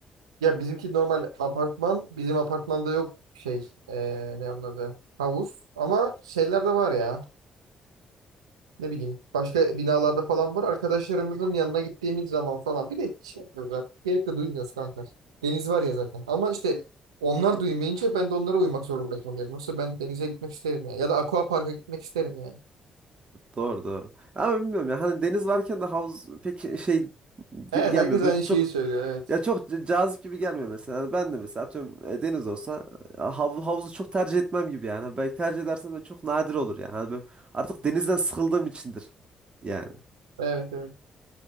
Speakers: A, on the right; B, on the right.
A: Ya bizimki normal apartman. Bizim apartmanda yok şey. eee, ne anladı? Havuz. Ama şeyler de var ya. Ne bileyim başka binalarda falan var. Arkadaşlarımızın yanına gittiğimiz zaman falan. Bir de şey yapıyoruz artık. Gerek de duymuyoruz kanka. Deniz var ya zaten. Ama işte onlar duymayınca ben de onlara uymak zorunda kalıyorum. Yoksa ben denize gitmek isterim yani. Ya da aqua parka gitmek isterim yani.
B: Doğru doğru. Ama bilmiyorum ya hani deniz varken de havuz pek şey
A: Evet
B: gibi gelmiyor.
A: herkes
B: Böyle
A: aynı
B: çok
A: şeyi söylüyor. Evet.
B: Ya çok c- cazip gibi gelmiyor mesela. Yani ben de mesela tüm e, deniz olsa ya hav- havuzu çok tercih etmem gibi yani. Ha, Belki tercih edersem de çok nadir olur yani. Hani böyle artık denizden sıkıldığım içindir. Yani
A: Evet evet.